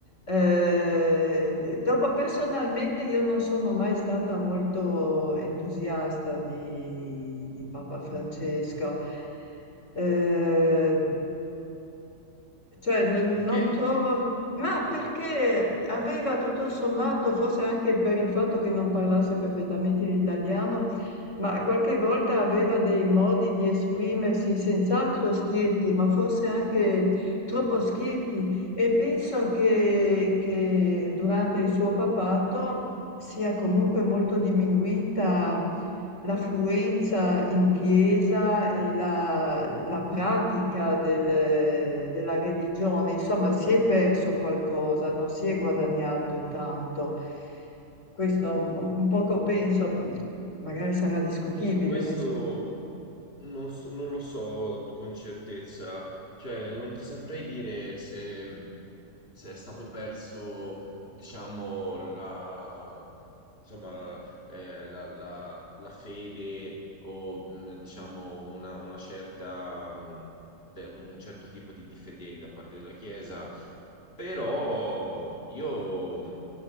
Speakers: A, on the left (about 65°); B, on the left (about 45°).
A: Eh, dopo personalmente io non sono mai stata molto entusiasta di, di Papa Francesco, Eh, cioè non,
B: Perché
A: non trovo, ma perché aveva tutto sommato, forse anche per il fatto che non parlasse perfettamente l'italiano, ma qualche volta aveva dei modi di esprimersi senz'altro schietti, ma forse anche troppo schietti. E penso che, che durante il suo papato sia comunque molto diminuita l'affluenza in chiesa e la, la pratica del- della religione. Insomma, si è perso qualcosa, non si è guadagnato tanto. Questo un, un poco penso, magari sarà discutibile,
B: io questo
A: ma insomma,
B: non so- non lo so con certezza, cioè non ti saprei dire se, se è stato perso, diciamo, la, insomma, eh, la, la- la fede o mh, diciamo una, una certa, mh, de- un certo tipo di, di fedeli da parte della Chiesa però io